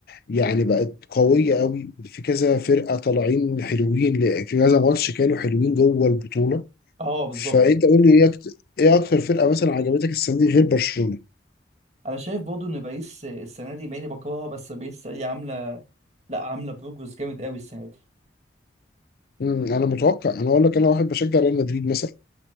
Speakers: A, on the left (about 55°); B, on the right (about 35°).
A: يعني بقت قوية قوي في كذا فرقة طالعين حلوين ل- في كذا ماتش كانوا حلوين جوه البطولة
B: اه بالظبط
A: فأنت قول لي إيه أكتر, إيه أكتر فرقة مثلا عجبتك السنة دي غير برشلونة؟
B: انا شايف برضه ان باريس السنه دي مع اني بكرهها بس باريس هي عامله لا عامله بروجرس جامد قوي السنه دي
A: مم، أنا متوقع أنا أقول لك أنا واحد بشجع ريال مدريد مثلا